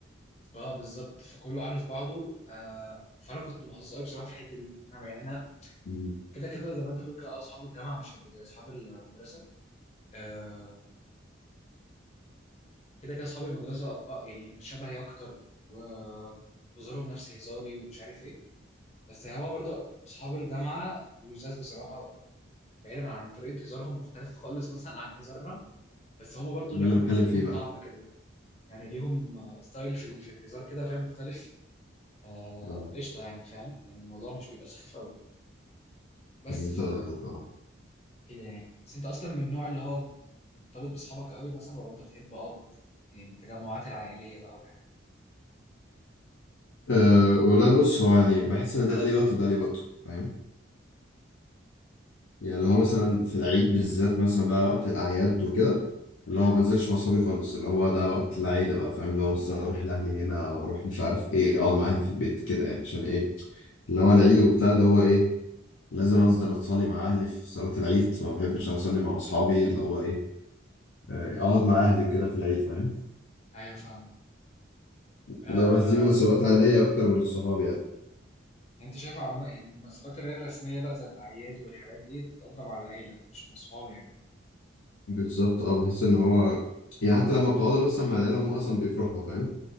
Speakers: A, on the left; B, on the left.
A: اه بالظبط فكله عارف بعضه آه فأنا كنت محظوظ قوي بصراحة في الحتة دي أنا يعني أنا
B: مم.
A: كده كده زي ما أنت بتقول كده آه، أصحاب الجامعة مش هيبقوا زي أصحاب المدرسة آه كده كده اصحاب المدرسه اه يعني شبهي اكتر وظهورهم نفس هزاري ومش عارف ايه بس هو برضه اصحاب الجامعه لزاز بصراحه بعيدا عن طريقه هزارهم مختلفه خالص <laughs> مثلا عن هزارنا بس هما برضه
B: ده
A: ليهم
B: اللي بتكلم
A: ليهم
B: فيه بقى
A: طعم كده يعني ليهم آه، ستايل في ال- في الهزار كده فاهم مختلف آه،
B: اه
A: قشطه يعني فاهم يعني الموضوع مش بيبقى سخيف قوي بس
B: فهمت
A: ف
B: قصدك اه
A: كده يعني بس انت اصلا من النوع اللي هو مرتبط باصحابك قوي مثلا ولا انت بتحب اه بت- يعني التجمعات العائليه بقى والحاجات دي
B: أه، ولا بص هو يعني بحس ان ده ليه وقته وده ليه وقته فاهم يعني اللي هو مثلا في العيد بالذات مثلا بقى وقت الاعياد وكده اللي
A: امم
B: هو ما بنزلش مع اصحابي خالص اللي هو ده وقت العيله بقى فاهم اللي هو مثلا اروح لاهلي هنا او اروح مش عارف ايه اقعد مع اهلي في البيت كده يعني عشان ايه اللي هو العيد وبتاع اللي هو ايه لازم انزل اصلي مع اهلي في صلاة العيد ما بحبش اصلي مع اصحابي اللي هو ايه آه، اقعد مع اهلي وكده في العيد فاهم
A: ايوه فاهمك آه
B: لو بس دي مناسبات عائلية اكتر من الصحاب يعني
A: انت شايف عم... يعني مناسبات اللي هي الرسميه بقى زي الاعياد والحاجات دي بتتقدم مع العيله مش مع الصحاب يعني
B: بالظبط اه بحس ان هو يعني حتى لما بتقعدوا بس مع العيلة هم اصلا بيفرحوا فاهم